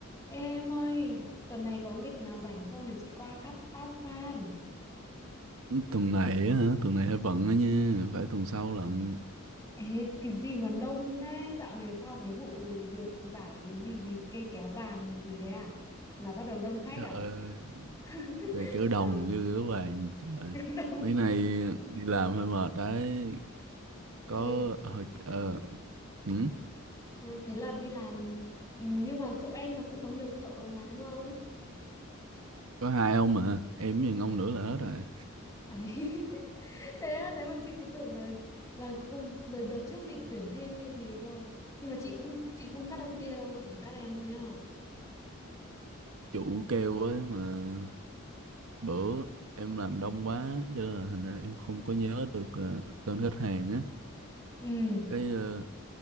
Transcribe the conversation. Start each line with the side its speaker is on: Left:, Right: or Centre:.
Left: Ê em ơi, tuần này có lịch nào rảnh không để chị qua cắt tóc fan?
Right: tuần này á hả tuần này hơi bận á nha phải tuần sau lận
Left: Ê, cái gì mà đông thế? Dạo này sau cái vụ được giải cái gì gì cây kéo vàng gì gì đấy à? Là bắt đầu đông khách
Right: trời
Left: à?
Right: ơi
Left: <laughs>
Right: về kiểu đồng như các bạn trời
Left: đông.
Right: mấy nay đi làm hơi mệt đấy có
Left: Ê,
Right: hồi ờ hử?
Left: sao thế là đi làm nhưng mà chỗ em là cũng có nhiều thợ mà đúng không?
Right: có hai ông mà em với ông nữa là hết rồi
Left: Đấy. <laughs> Thế á, thế mà chị cứ tưởng là là cùng đợt, đợt trước định tuyển thêm hay gì cơ. Nhưng mà chị cũng chị không cắt ông kia đâu, chị chỉ cắt em thôi nhá.
Right: chủ kêu ấy mà bữa em làm đông quá cho nên là thành ra em không có nhớ được ờ, tên khách hàng á
Left: Ừ,
Right: cái ờ,